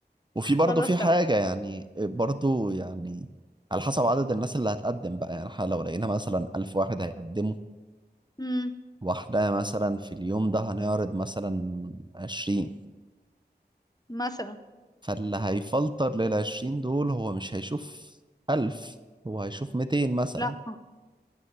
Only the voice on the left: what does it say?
خلاص
تمام
مم.
مثلا
لا آه،